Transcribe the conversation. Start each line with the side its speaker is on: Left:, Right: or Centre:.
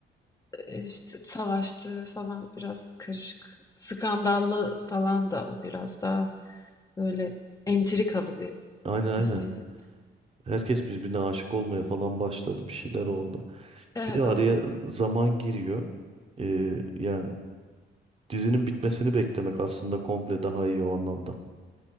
Left: eee, işte, savaştığı falan biraz karışık. Skandallı falan da biraz daha böyle entrikalı bir
Right: aynen aynen.
Left: diziydi.
Right: Herkes birbirine aşık olmaya falan başladı. Bir şeyler oldu.
Left: Eee,
Right: Bir de araya
Left: o
Right: zaman giriyor. Ee, yani dizinin bitmesini beklemek aslında komple daha iyi o anlamda.